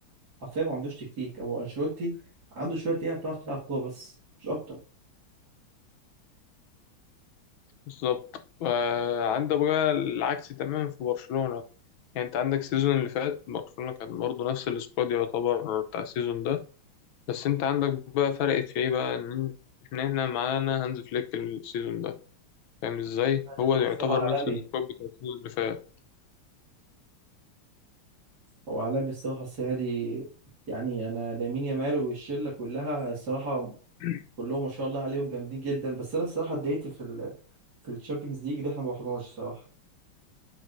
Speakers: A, on the right (about 45°); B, on the left (about 70°).
A: حرفيا ما عندوش تكتيك هو انشيلوتي عنده شويه لعيبه بتعرف تلعب كوره بس مش اكتر
B: بالظبط وعندك بقى العكس تماما في برشلونة يعني انت عندك السيزون اللي فات برشلونة كان برضه نفس السكواد يعتبر بتاع السيزون ده بس انت عندك بقى فرقت في ايه بقى ان ان احنا هنا معانا هانز فليك السيزون ده فاهم ازاي
A: هذا
B: هو
A: فكر
B: يعتبر
A: الصراحه عالمي
B: نفس السكواد بتاع السيزون اللي فات
A: هو عالمي الصراحه السنه دي يعني انا لامين يامال والشله كلها الصراحه
B: <clears throat>
A: كلهم ما شاء الله عليهم جامدين جدا بس انا الصراحه اتضايقت في ال... في الشامبيونز ليج اللي احنا ما رحناش صراحه